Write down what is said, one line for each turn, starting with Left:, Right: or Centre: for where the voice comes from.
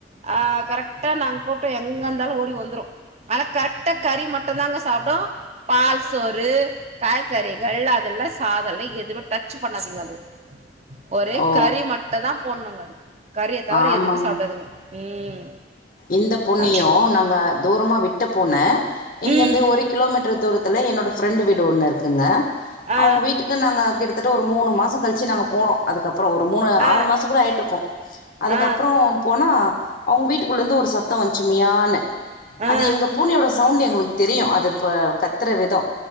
Right: ஆ கரெக்டா நாங்க கூப்ட்டா எங்க இருந்தாலு ஓடி வந்துரு ஆனா கரெக்டா கறி மட்டும்தாங்க சாப்டு பால்ஸ் சோறு காய்கறிகள் அதெல்லா சாதோலா எதுமே டச் பண்ணாதீங்க அது ஒரே
Left: ஓ
Right: கறி மட்டுதா போட்னுங்க அதுக்கு கறிய தவர
Left: ஆமாங்க
Right: எதுமே சாப்ட்டாதுங்க ம்
Left: இந்த பொண்ணையு
Right: அது
Left: நாங்க தூரமா விட்ட போன இங்கிருந்து
Right: ம்
Left: ஒரு கிலோமீட்டர் தூரத்துல என்னோட ஃப்ரெண்ட் வீடு ஒன்னு இருக்குங்க
Right: ஆ
Left: அவுங்க வீட் வீட்டுக்கு நாங்ககிட்டத்தட்ட ஒரு மூணு மாசோ கழிச்சு நாங்க போனோ அதுக்கப்புறோ ஒரு மூணு
Right: ஆ
Left: ஆறு மாசோ கூட ஆய்ட்ருக்கு அதுக்கப்புறோ
Right: ஆ
Left: போனா அவுங்க வீட் டு குள்ளருந்து ஒரு சத்தோ வந்ச்சு மியானு
Right: ஆ
Left: அது எங்க பூனையோட சவுண்ட்டு எங்களுக்கு தெரியு அது இப்ப கத்துற விதோ